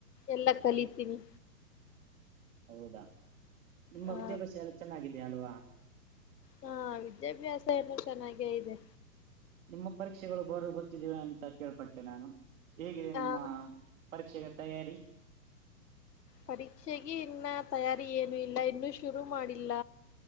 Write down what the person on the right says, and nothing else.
ಹೌದಾ ನಿಮ್ಮ
ವಿದ್ಯಾಭ್ಯಾಸ ಎಲ್ಲ ಚೆನ್ನಾಗಿದೆಯ ಅಲ್ವಾ
ನಿಮ್ಮ ಪರೀಕ್ಷೆಗಳು ಬರ್ ಬರ್ತಿದಿವವಿ ಅಂತ ಕೇಳ್ಬಟ್ಟೆ ನಾನು ಹೇಗಿದೆ ನಿಮ್ಮ
ಪರೀಕ್ಷೆೆಗೆ ತಯಾರಿ